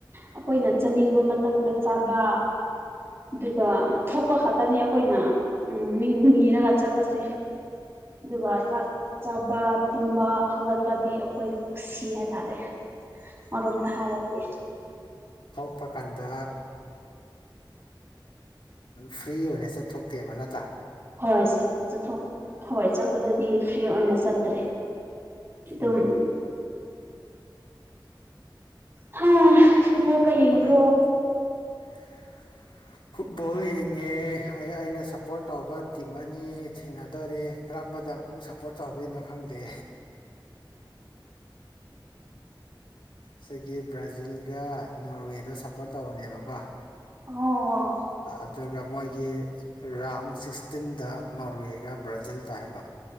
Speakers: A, on the right (about 30°); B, on the left (about 85°).
A: ꯑꯩꯈꯣꯏꯅ ꯆꯥꯅꯤꯡꯕ ꯃꯇꯝꯗ ꯆꯥꯕ ꯑꯗꯨꯒ ꯊꯣꯛꯄ ꯈꯛꯇꯅꯤ ꯑꯩꯈꯣꯏꯅ ꯎ ꯃꯤ ꯅꯤꯔꯒ ꯆꯠꯄꯁꯦ ꯑꯗꯨꯒ ꯆꯥꯛ ꯆꯥꯕ ꯇꯨꯝꯕ ꯍꯧꯒꯠꯄꯗꯤ ꯑꯩꯈꯣꯏ ꯁꯤ ꯍꯥꯏ ꯇꯔꯦ ꯃꯔꯝꯗ ꯍꯥꯏꯔꯗꯤ
B: ꯆꯠꯄ ꯀꯥꯟꯗ ꯐ꯭ꯔꯤ ꯑꯣꯏꯅ ꯆꯠꯊꯣꯛꯇꯦꯕ ꯅꯠꯇ꯭ꯔꯥ
A: ꯍꯣꯏ ꯆꯠꯊꯣꯛ ꯍꯣꯏ ꯆꯠꯄꯗꯗꯤ ꯐ꯭ꯔꯤ ꯑꯣꯏꯅ ꯆꯠꯇ꯭ꯔꯦ ꯑꯗꯨꯝ
B: ꯎꯝ ꯎꯝꯝ
A: ꯍꯥ ꯐꯨꯕꯣ ꯀ ꯌꯦꯡ꯭ꯔꯣ
B: ꯄꯥ- <unintelligible> ꯐꯨꯠꯕꯣꯜ ꯌꯦꯡꯉꯦ ꯑꯩꯅ ꯁꯞꯄꯣꯔꯠ ꯇꯧꯕ ꯇꯤꯝ ꯑꯅꯤ ꯊꯦꯡꯅꯗꯧꯣꯔꯦ ꯀꯔꯝꯕꯗ ꯑꯃꯨꯛ ꯁꯞꯄꯣꯔꯠ ꯇꯧꯗꯣꯏꯅꯣ ꯈꯪꯗꯦ ꯁꯤꯒꯤ ꯕ꯭ꯔꯥꯖꯤꯜꯒ ꯅꯣꯔꯋꯦꯗ ꯁꯞꯄꯣꯔꯠ ꯇꯧꯕꯅꯦꯕꯀꯣ
A: ꯑꯣ
B: ꯑꯗ ꯀ ꯃꯣꯏ ꯑꯩ ꯒꯤ ꯔꯥꯎꯟ ꯁꯤꯛꯁꯇꯤꯟꯗ ꯅꯣꯔꯋꯦꯒ ꯕ꯭ꯔꯥꯖꯤꯜ ꯇꯥꯕ